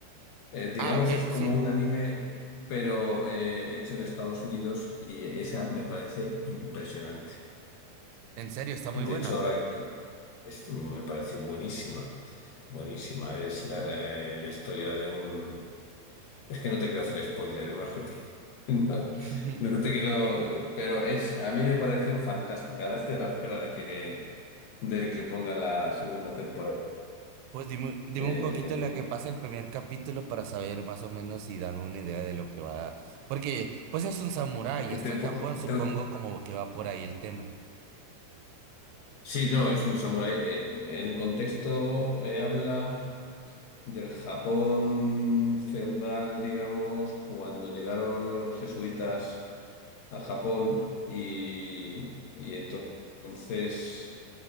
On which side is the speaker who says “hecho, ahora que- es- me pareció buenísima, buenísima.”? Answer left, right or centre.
Left